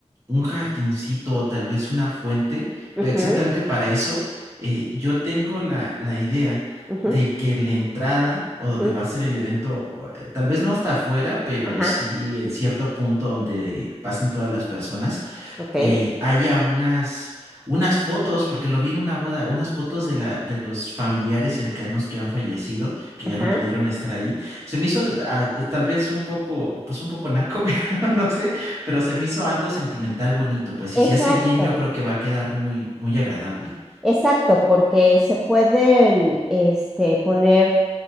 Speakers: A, on the right (about 25°); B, in the centre.
A: un jardincito o tal vez una fuente.
B: Ujú,
A: Ve, Exactamente para eso, eh, yo tengo la, la idea
B: ujú,
A: de que en la entrada o
B: ujú.
A: donde va a ser el evento, o, eh, tal vez no hasta afuera, pero
B: Ajá,
A: sí en cierto punto donde pasen todas las personas,
B: ok.
A: eh, haya unas, unas fotos, porque lo vi en una boda, unas fotos de la, de los familiares cercanos que han fallecido, que
B: Ajá.
A: ya no pudieron estar ahí se me hizo ah, tal vez un poco, pues un poco naco, <laughs> pero no sé, pero se me hizo algo sentimental bonito, pues y si
B: Exacto,
A: se hace bien yo creo que va a quedar muy, muy agradable.
B: exacto, porque se pueden este, poner